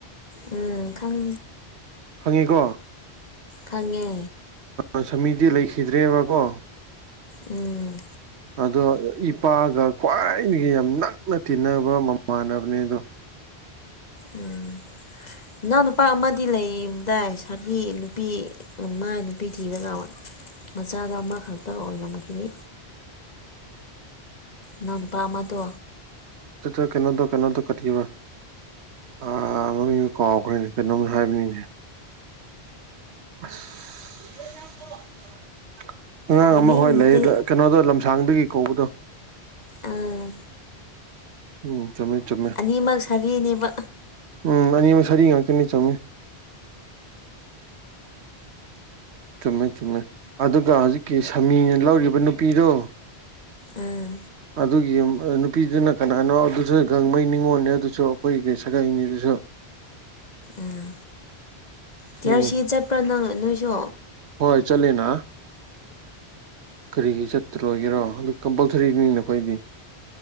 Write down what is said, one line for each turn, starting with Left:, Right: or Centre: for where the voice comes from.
Left: ꯎꯝ ꯈꯪ
Right: ꯈꯪꯉꯤꯀꯣ
Left: ꯈꯪꯉꯦ
Right: ꯑ ꯁꯃꯤꯗꯤ ꯂꯩꯈꯤꯗ꯭ꯔꯦꯕꯀꯣ
Left: ꯎꯝ
Right: ꯑꯗꯣ ꯏꯄꯥꯒ ꯈ꯭ꯋꯥꯏꯗꯒꯤ ꯌꯥꯝ ꯅꯛꯅ ꯇꯤꯟꯅꯕ ꯃꯃꯥꯟꯅꯕꯅꯦ ꯑꯗꯣ
Left: ꯎꯝ ꯅꯅꯥꯎ ꯅꯨꯄꯥ ꯑꯃꯗꯤ ꯂꯩꯕꯗꯥꯏ ꯁꯥꯔꯒꯤ ꯅꯨꯄꯤ ꯃꯥꯏ ꯅꯨꯄꯤ ꯊꯤꯔꯒ ꯃꯆꯥꯗꯣ ꯑꯃꯈꯛꯇ ꯑꯣꯏꯔꯝꯈꯤꯅꯤ ꯅꯅꯥꯎ ꯅꯨꯄꯥ ꯑꯃꯗꯣ
Right: ꯑ <unintelligible> ꯀꯩꯅꯣꯗ‌ꯣ ꯀꯩꯅꯣꯗꯣ ꯀꯔꯤꯕ ꯑꯥ‌ ꯃꯃꯤꯡꯗꯨ ꯀꯥꯎꯈ꯭ꯔꯦꯅꯦ ꯀꯩꯅꯣꯝ ꯍꯥꯏꯕꯅꯤꯅꯦ ꯑꯁꯁꯁꯁꯁꯁ ꯑꯉꯥꯡ
Left: ꯃꯃꯤꯡꯗꯨꯗꯤ
Right: ꯑꯃ ꯍꯣꯏ ꯂꯩꯌ‌ꯦ ꯀꯩꯅꯣꯗꯣ ꯂꯝꯁꯥꯡꯗꯒꯤ ꯀꯧꯕꯗꯣ
Left: ꯑꯥ
Right: ꯎꯝ ꯆꯨꯝꯃꯦ ꯆꯨꯝꯃꯦ
Left: ꯑꯅꯤꯃꯛ ꯁꯥꯔꯤꯅꯦꯕ
Right: ꯎꯝ ꯑꯅꯤꯃꯛ ꯁꯥꯔꯤ ꯉꯥꯛꯇꯅ‌ꯦ ꯆꯨꯝꯃ‌ꯦ ꯆꯨꯝꯃꯦ ꯆꯨꯝꯃꯦ ꯑꯗꯨꯒ ꯍꯧꯖꯤꯛꯀꯤ ꯁꯃꯤꯅ ꯂꯧꯔꯤꯕ ꯅꯨꯄꯤꯗꯣ
Left: ꯑꯥ
Right: ꯑꯗꯨꯒꯤ ꯅꯨꯄꯤꯗꯨꯅ ꯀꯅꯥꯅꯣ ꯑꯗꯨꯁꯨ ꯒꯥꯡꯃꯩ ꯅꯤꯡꯉꯣꯜꯅꯦ ꯑꯗꯨꯁꯨ ꯑꯩꯈꯣꯏꯒꯤ ꯁꯥꯒꯩꯅꯤꯗꯨꯁꯨ
Left: ꯑꯥ
Right: ꯁꯤꯅꯤ
Left: ꯇꯤꯔꯁꯤ ꯆꯠꯄ꯭ꯔꯥ ꯅꯪ ꯅꯣꯏꯁꯨ
Right: ꯍꯣꯏ ꯆꯠꯂꯤꯅꯥ ꯀꯔꯤꯒꯤ ꯆꯠꯇꯔꯣꯏꯒꯦꯔꯣ ꯑꯗꯨ ꯀꯝꯄꯜꯁꯔꯤꯅꯤ ꯅ‌ꯦ ꯑꯩꯈꯣꯏꯗꯤ